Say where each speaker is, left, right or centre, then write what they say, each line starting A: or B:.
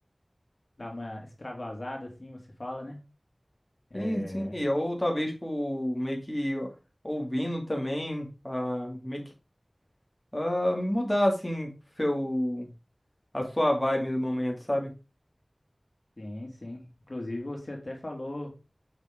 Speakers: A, on the left; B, on the left.
A: Dá uma extravasada assim, você fala, né? É,
B: Sim, sim, e ou talvez tipo meio que ó, ouvindo também, ah, meio que ah, mudar assim seu a sua vibe no momento, sabe?
A: sim, sim. Inclusive, você até falou